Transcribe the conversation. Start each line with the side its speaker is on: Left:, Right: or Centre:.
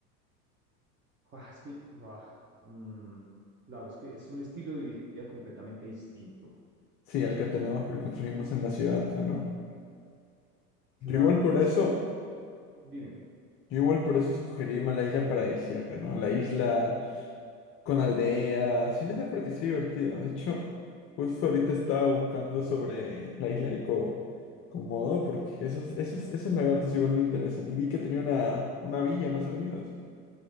Right: Guau, es que, guau, mm, claro, es que es un estilo de vida completamente distinto.
Left: Sí, el que tenemos porque construimos en la ciudad, ¿o no?
Right: Claro,
Left: Yo igual por
Right: pero
Left: eso.
Right: es que, dime,
Left: Yo igual por eso escogería más la isla paradisíaca, ¿no? La isla con aldea, simplemente porque es divertido. De hecho, justo ahorita estaba buscando sobre la isla de Co Komodo, porque esos, esos, esos lagartos igual me interesan. Y vi que tenía una, una villa, ¿no sabías?